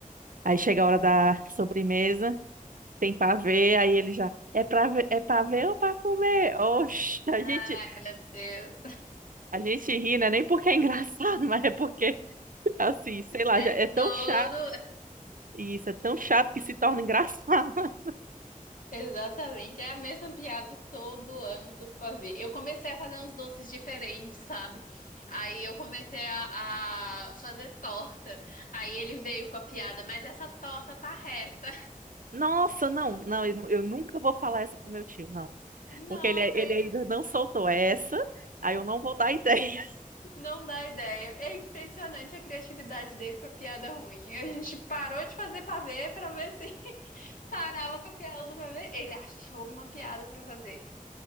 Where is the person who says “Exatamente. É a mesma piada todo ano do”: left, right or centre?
Left